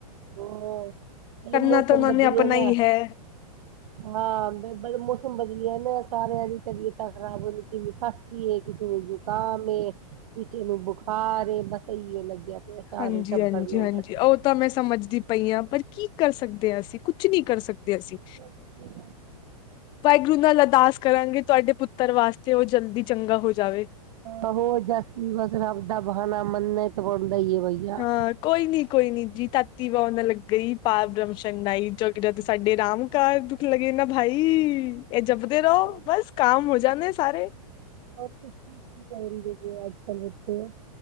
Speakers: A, on the right; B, on the left.
A: ਹੋਰ ਇਹ
B: ਕਰਨਾ
A: ਮੌਸਮ
B: ਤਾ ਉਹਨਾ
A: ਬਦਲੀਏ
B: ਨੇ, ਆਪਣਾ
A: ਨਾ
B: ਹੀ ਹੈ।
A: ਹਾਂ, ਮੌਸਮ ਬਦਲੀਆ ਨਾ ਸਾਰਿਆਂ ਦੀ ਤਬੀਅਤਾਂ ਖ਼ਰਾਬ ਹੋਰੀ ਸੀ ਕਿਸੇ ਨੂੰ ਜ਼ੁਕਾਮ, ਕਿਸੇ ਨੂੰ ਬੁਖਾਰ ਏ ਬਸ ਇਹੀ ਐ ਲੱਗਿਆ। ਪਿਆ ਸਾਰੇ
B: ਹਾਂਜੀ-
A: ਟੱਬਰ
B: ਹਾਂਜੀ,
A: ਨੂੰ
B: ਹਾਂਜੀ
A: ਬਸ
B: ਉਹ ਤਾਂ ਮੈਂ ਸਮਝਦੀ ਪਈ ਹਾਂ, ਪਰ ਕੀ ਕਰ ਸਕਦੇ ਹਾਂ ਅਸੀਂ ਕੁਛ ਨਹੀਂ ਕਰ ਸਕਦੇ ਅਸੀਂ,
A: ਕੁਛ ਨੀ
B: ਵਾਹਿਗੁਰੂ ਨਾਲ ਅਰਦਾਸ ਕਰਾਂਗੇ ਤੁਹਾਡੇ ਪੁੱਤਰ ਪੁੱਤਰ ਵਾਸਤੇ ਉਹ ਜਲਦੀ ਚੰਗਾ ਹੋ ਜਾਵੇ।
A: ਆਹੋ ਜਾਸੀ ਬਸ ਰੱਬ ਦਾ ਬਹਾਣਾ ਮੰਨਣਾ ਤੇ ਬਣਦਾ ਹੀ ਏ ਬਈਆ
B: ਹਾਂ ਕੋਈ ਨੀ, ਕੋਈ ਨੀ ਜੀ ਤਤੀ ਵਾਹ ਨਾ ਲੱਗਈ ਪਾਰ ਬ੍ਰਹਮਸਰਣਾਹੀ ਜਗ ਜਦ ਸਾਡੇ ਰਾਮ ਘਰ ਦੁੱਖ ਲੱਗੇ ਨਾ ਭਾਈ ਇਹ ਜਪਦੇ ਰਹੋ
A: ਹੋਰ
B: ਬਸ ਕਾਮ ਹੋ ਜਾਣੇ ਸਾਰੇ।
A: ਬਸ ਕੀ-ਕੀ ਕਰ ਰਹੇ ਅਜ ਕੱਲ- ਬੱਚੇ